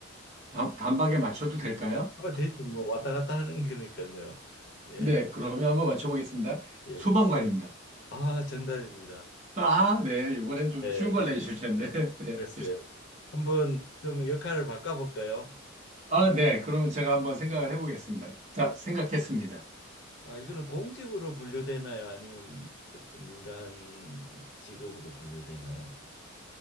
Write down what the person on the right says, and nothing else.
단, 단박에 맞춰도 될까요?
네, 그러면 한번 맞춰보겠습니다.
소방관입니다.
아, 네, 이번엔 좀
쉬운 걸 내주실 텐데. <laughs> 네.
아, 네, 그러면 제가 한번 생각을 해보겠습니다. 자,
생각했습니다.